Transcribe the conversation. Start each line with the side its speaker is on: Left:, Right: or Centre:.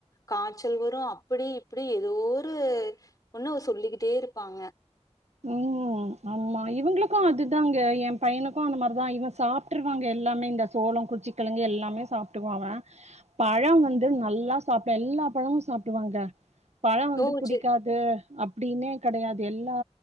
Left: காய்ச்சல் வரு அப்படி இப் படி எதோரு ஒன்னு சொல்லிக்கிட்டே இருப்பாங்க
Right: உம் ஆமா இவங்களுக்கு அதுதாங்க என் பையனுக்கு அந்த மாரிதா இவன் சாப்பிட்டுருவாங்க எல்லாமே இந்த சோளம் குச்சிக்கிழங்கு எல்லாமே சாப்பிட்டுவான் அவன் பழம் வந்து நல்லா சாப்பிடு எல்லா பழமும் சாப்பிடுவாங்க பழம் வந்து
Left: ஓ
Right: புடிக்காது
Left: செரி
Right: அப்படின்னே கெடையாது எல்லா